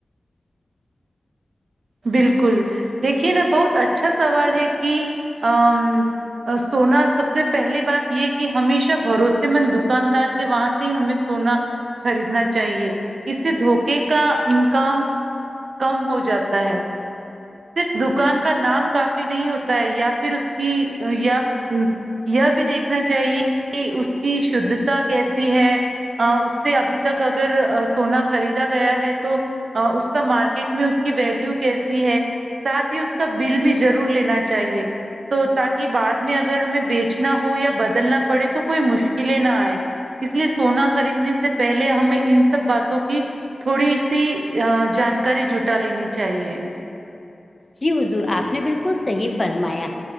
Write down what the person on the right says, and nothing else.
بالکل دیکھیے نا بہت اچھا سوال ہے کہ امم سونا سب سے پہلی بات یہ کہ ہمیشہ بھروسے مند دکاندار کہ وہاں سے ہی ہمیں سونا خریدنا چاہیے اس سے دھوکے کا امکان کم ہو جاتا تا ہے صرف دکان کا نام کافی نہیں ہوتا ہے یا پھر اس کی یا یہ بھی دیکھنا چاہیے کہ اس کی شدھتا کیسی ہے اس سے ابھی تک اگر سونا خریدا گیا ہے تو اس کا مارکیٹ میں اس کی ویلو کیسی ہے تا کی اس کا بل بھی ضرور لینا چاہیے تو تاکہ بعد میں اگر ہمیں بیچنا ہو یا بدلنا پڑے تو کوئی مشکلیں نہ آئے اس لیے سونا خریدنے سے پہلے ہمیں ان سب باتوں کی تھوڑی سی جانکاری جٹا لینی چاہیے